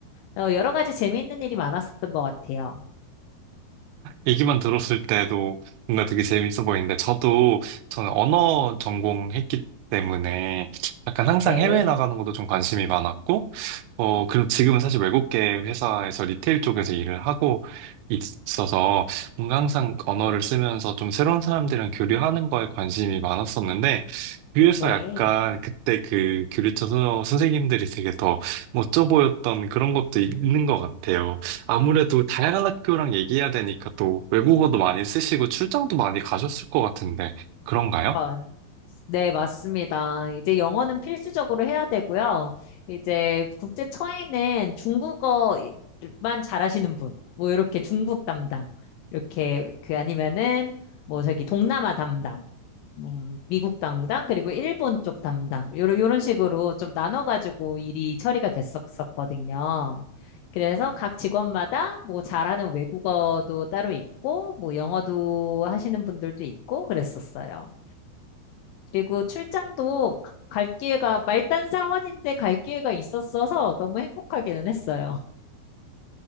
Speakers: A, on the left; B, on the right.
A: 어, 여러 가지 재미있는 일이 많았었던 것 같아요.
B: 얘기만 들었을 때도 뭔가 되게 재밌어 보이는데, 저도, 저는 언어 전공했기 때문에 약간 항상
A: 네,
B: 해외 나가는 것도 좀 관심이 많았고, 어,
A: 음.
B: 그리고 지금은 사실 외국계 회사에서 리테일 쪽에서 일을 하고 있어서 뭔가 항상 언어를 쓰면서 좀 새로운 사람들이랑 교류하는 거에 관심이 많았었는데, 그래서
A: 네.
B: 약간 그때 그 교류처 선생님들이 되게 더 멋져 보였던 그런 것도 있는 것 같아요. 아무래도 다양한 학교랑 얘기해야 되니까 또 외국어도 많이 쓰시고 출장도 많이 가셨을 것 같은데 그런가요?
A: 마- 네, 맞습니다. 이제 영어는 필수적으로 해야 되고요. 이제 국제 처에는 중국어만 잘하시는 분, 뭐 이렇게 중국 담당, 이렇게 그 아니면은 뭐 저기 동남아 담당, 음, 미국 담당 그리고 일본 쪽 담당 요런 요런 식으로 좀 나눠가지고 일이 처리가 됐었었거든요. 그래서 각 직원마다 뭐 잘하는 외국어도 따로 있고 뭐 영어도 하시는 분들도 있고 그랬었어요. 그리고 출장도 가- 갈 기회가 말단 사원인데 갈 기회가 있었어서 너무 행복하기는 했어요.